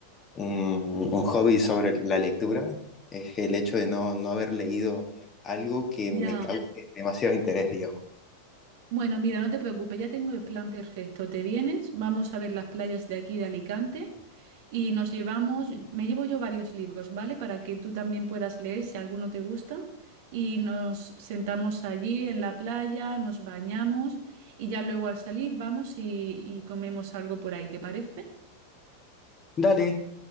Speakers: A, on the left; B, on the right.
A: un- un hobby sobre la lectura es el hecho de no, no haber leído algo que
B: Ya.
A: me cause demasiado interés, digamos.
B: Bueno, mira, no te preocupes, ya tengo el plan perfecto. Te vienes, vamos a ver las playas de aquí de Alicante y nos llevamos, me llevo yo varios libros, ¿vale? Para que tú también puedas leer si alguno te gusta. Y nos sentamos allí en la playa, nos bañamos y ya luego al salir vamos y, y comemos algo por ahí, ¿te parece?
A: Dale,